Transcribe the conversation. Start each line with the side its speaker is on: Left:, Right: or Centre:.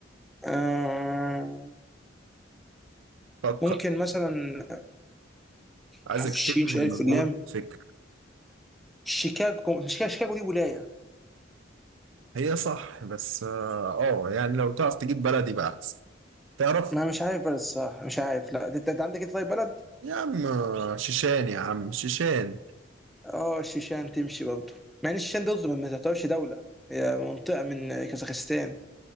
Centre: آه
Right: فكر
Centre: ممكن مثلا
Right: عايزك
Centre: بحرف الشين
Right: تبذل
Centre: شيل الألف
Right: مجهود
Centre: واللام
Right: فكر
Centre: شيكاغو مش كده شيكاغو دي ولاية
Right: هي صح بس اه آه، يعني لو تعرف تجيب بلدي بقى أحسن تعرف
Centre: ما مش عارف بلد الصراحة مش عارف لا أنت أنت عندك إيه طيب بلد
Right: يا عم آه، شيشان يا عم شيشان
Centre: اه الشيشان تمشي برضه مع ان الشيشان ده ما تعتبرش دولة هي منطقة من كازاخستان